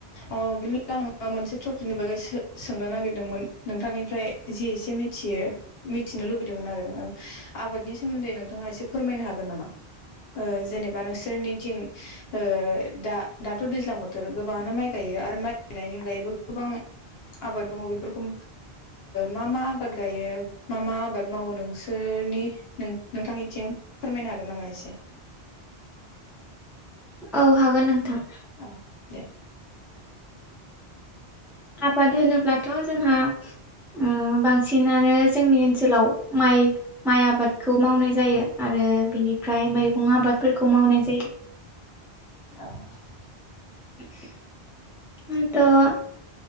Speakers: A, on the left; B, in the centre.
A: अ बिनि आं मोनसे टपिकनि बागै सोंनो नागिरदोंमोन नोंथांनिफ्राय जि एसे मिथियो मिथिनो लुबैदोंमोन आरो आबादनि सोमोन्दै नोंथाङा एसे फोरमायनो हागोन नामा? ओ जेनेबा नोंसोरनिथिं ओ दा दाथ' दैज्लां बोथ थोर गोबाङानो माइ गायो आरो माइ गायनायनि अनगायैबो गोबां आबाद दङ। बेफोरखौ मा मा आबाद गायो? मा मा आबाद मावो? नोंसोरनि नों नोंथांनिथिं फोरमायनो हागोन नामा एसे?
B: औ हागोन नोंथां।
A: औ दे।
B: आबाद होनोब्लाथ' जोंहा उम बांसिनानो जोंनि ओनसोलाव माइ माइ आबादखौ मावनाय जायो आरो बिनिफ्राय मैगं आबादफोरखौ मावनाय जायो।
A: औ।
B: <inaudible> <unintelligible>